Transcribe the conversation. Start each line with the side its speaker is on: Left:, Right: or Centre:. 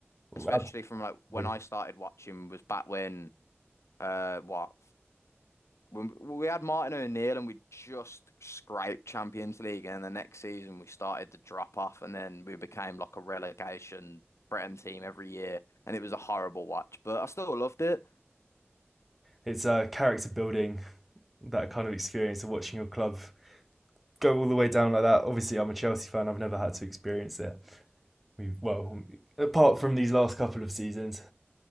Centre: Oh,
Left: Especially from like
Centre: Absolutely.
Left: when I started watching was back when uh what when we had Martin O'Neill and we just scraped Champions League, and then the next season we started to drop off, and then we became like a relegation Britain team every year, and it was a horrible watch, but I still loved it.
Centre: It's uh, character building, that kind of experience of watching your club go all the way down like that. Obviously, I'm a Chelsea fan. I've never had to experience it. We've well, apart from these last couple of seasons,